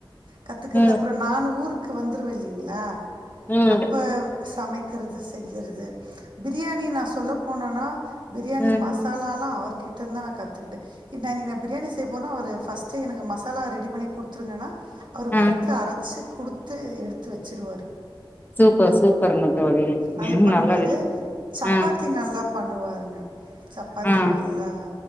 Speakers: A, on the right; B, on the left.
A: கத்துக்குறது
B: ம்
A: அப்றோ நானு ஊருக்கு வந்துருவே இல்லைங்களா
B: ம்
A: அப்ப சமைக் கிறது செய்றது பிரியாணி நா சொல்ல போனோனா பிரியாணி
B: ம்
A: மசா சாலாலா அவர்கிட்ட இருந்தா நா கத்துகிட்டே நா இன்னைக் நா பிரியாணி செய் போறேனா ஒரு பர்ஸ்ட்டே எனக் மசாலா ரெடி பண்ணி குடுத் குடுத்ருங்கன்னா அவரு வறுத்து
B: ம்
A: அரச்சு குடுத்து எடுத்து வச்சுடுவாரு
B: சூப்பர் சூப்பருங்க தோழி
A: அது
B: ம்,
A: பண்ணுவாரு
B: நல்ல விஷ்
A: சப்பாத்தி
B: ஆ
A: நல்லா பண்ணுவாருங்க சப்பாத்தி
B: ஆ
A: நல்லா